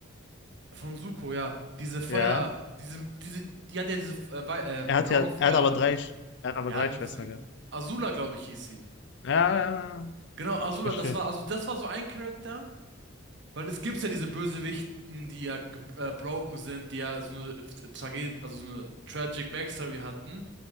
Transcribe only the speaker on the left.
Ja.
Er hat
ja,
er hat aber drei, Sch- er hat aber
drei
Schwestern
gehabt.
Ja, ja, ja, ja.
ich verstehe.